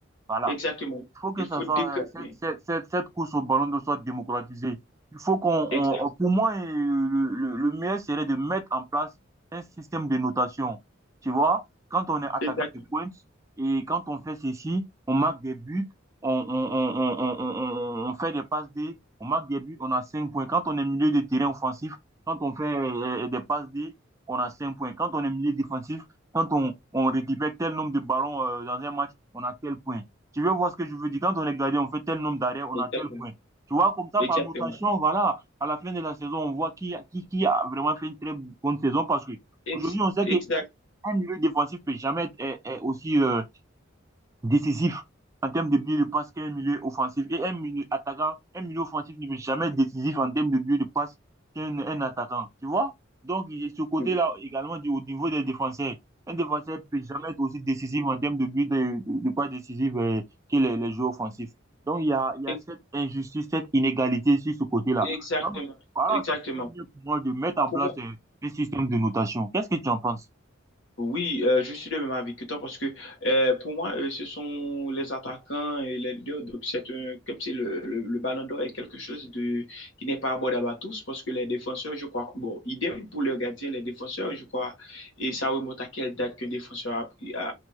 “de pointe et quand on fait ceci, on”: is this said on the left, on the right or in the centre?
Right